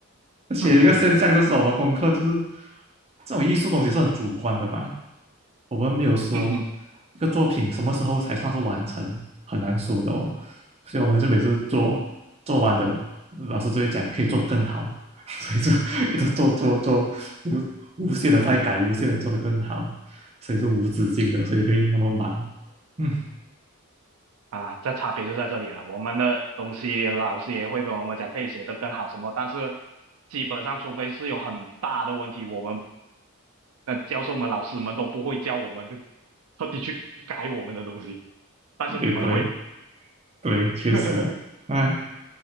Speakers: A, on the right (about 30°); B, on the right (about 75°).
A: 而且一个现象就是我们功课就是
B: <laughs> 嗯
A: 这种艺术东西是很主观的嘛，我们没有说一个作品什么时候才算是完成，
B: 嗯。
A: 很难说的哦。所以我们就每次做做完的，老师就会讲可以做得更好，<laughs> 所以就一直做做做无无限的在改，无限的做得更好，所以是无止境的，所以会那么忙。<laughs> 嗯，
B: 啊，这差别就在这里了。我们的东西老师也会跟我们讲可以写得更好什么，但是基本上除非是有很大的问题，我们那教授们、老师们都不会教我们特地去改我们的东西，但是你们会。
A: 也对对，确实，
B: <laughs>
A: 哎，